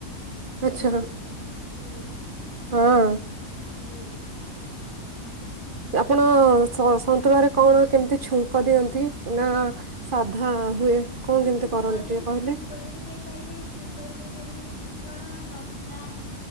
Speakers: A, on the left; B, on the right.
A: କିଛି
B: ଆଚ୍ଛା
A: ଅସୁବିଧା ନାହିଁ। ହୁଁ
B: ହଁ
A: ହୁଁ।
B: ଆପଣ୍? ଓ ସ ସନ୍ତୁଳାରେ କଣ? କେମତି ଛୁଁ ଖ ଦିଅନ୍ତି ନା ସାଧା। ହୁଏ। କଣ
A: ହଁ
B: କେମିତି
A: ଛୁଙ୍କର
B: କରନ୍ତି ଟିକେ
A: <unintelligible>
B: କହିଲେ?
A: ଛୁଙ୍କ ଯେତ୍ ଦେଇପାରିବେ ଛୁଙ୍କରେ ଦେଇପାରିବେ ଫୁଟଣ ଲଙ୍କା।